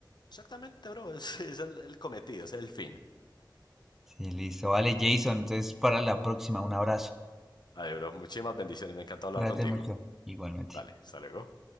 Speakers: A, on the left; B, in the centre.
A: Exactamente, bro, es, es el, el cometido, es el fin.
B: Sí, listo. Vale, Jason, entonces para la próxima, un abrazo.
A: Vale, bro, muchísimas bendiciones, me encanta hablar
B: Cuídate
A: contigo.
B: mucho. Igualmente.
A: Dale, hasta luego.